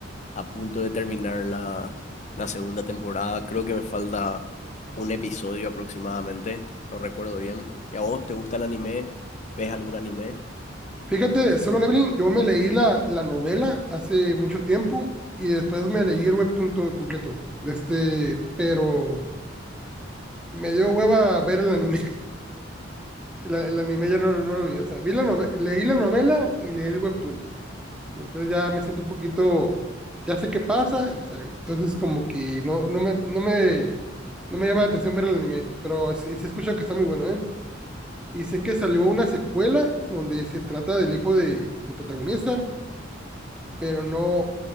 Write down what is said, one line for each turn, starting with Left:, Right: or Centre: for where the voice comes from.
Left: a punto de terminar la, la segunda temporada. Creo que me falta un episodio aproximadamente, no recuerdo bien. ¿Y a vos te gusta el anime? ¿Ves algún anime?
Centre: Fíjate, Solo Leveling, yo me leí la, la novela hace mucho tiempo y después me leí el webtoon todo completo de este, pero me dio hueva ver el anime. <laughs> La- el anime ya no, no lo vi, o sea, vi la nove- leí la novela y leí el webtoon. entonces ya me siento un poquito, ya sé qué pasa, o sea, entonces como que no, no me, no me, no me llama la atención ver el anime, pero sí, sí escucho que está muy bueno, ¿eh? Y sé que salió una secuela donde se trata del hijo de, de protagonista, pero no,